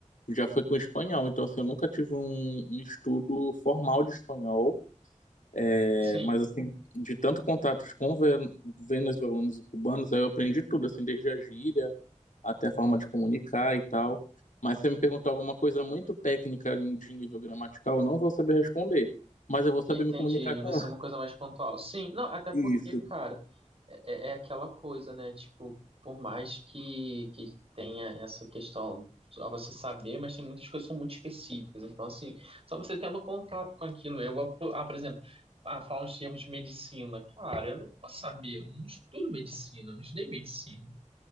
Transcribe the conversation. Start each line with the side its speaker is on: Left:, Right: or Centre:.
Left: já foi com espanhol. Então, assim, eu nunca tive um, um estudo formal de espanhol. É,
Right: Sim,
Left: mas, assim, de tanto contatos com ve- venezuelanos e cubanos, aí eu aprendi tudo, assim, desde a gíria até a forma de comunicar e tal. Mas se você me perguntar alguma coisa muito técnica de nível gramatical, eu não vou saber responder. Mas eu vou saber
Right: entendi.
Left: me comunicar com
Right: Vai ser uma coisa mais pontual. Sim, não, até porque,
Left: isso.
Right: cara, é, é é aquela coisa, né? Tipo, por mais que, que tenha essa questão a você saber, mas tem muitas coisas que são muito específicas. Então, assim, só você tendo contato com aquilo, né? Igual, por- ah, por exemplo, ah, falar uns termos de medicina. Cara, eu não posso saber, eu não estudo medicina, eu não estudei medicina.